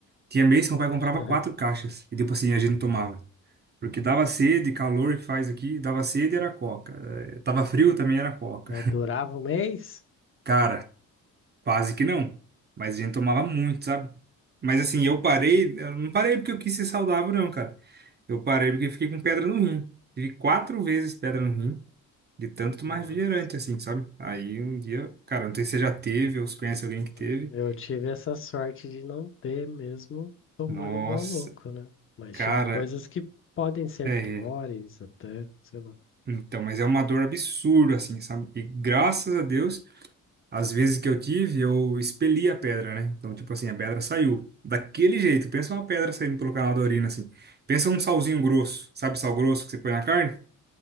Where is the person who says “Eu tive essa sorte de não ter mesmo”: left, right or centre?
Left